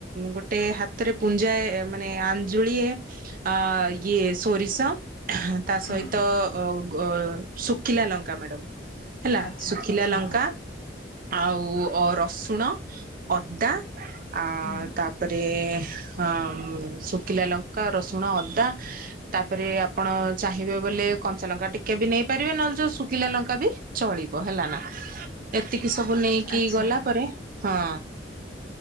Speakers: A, on the right; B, on the left.
A: ଗୋଟେ ହାତରେ ପୁଞ୍ଜାଏ ମାନେ ଆଞ୍ଜୁଳିଏ ଅ ଇଏ ସୋରିଷ ତା
B: ହୁଁ
A: ସହିତ ଅ ଗ ଶୁଖିଲା ଲଙ୍କା ମ୍ୟାଡମ୍। ହେଲା
B: ଆଚ୍ଛା
A: ଶୁଖିଲା ଲଙ୍କା।
B: ହଁ
A: ଆଉ ଅ ରସୁଣ, ଅଦା ଆ
B: ହୁଁ
A: ତାପରେ ଅ ଶୁଖିଲା ଲଙ୍କା, ରସୁଣ, ଅଦା ତାପରେ ଆପଣ ଚାହିଁବେ ବୋଲେ କଞ୍ଚା ଲଙ୍କା ଟିକେ ବି ନେଇପାରିବେ, ନହେଲେ ଯଉ ଶୁଖିଲା ଲଙ୍କା ବି ଚଳିବ ହେଲା ନା। ଏ ଏ ସବୁ ନେଇକି
B: ଆଚ୍ଛା
A: ଗଲା ପରେ, ହଁ।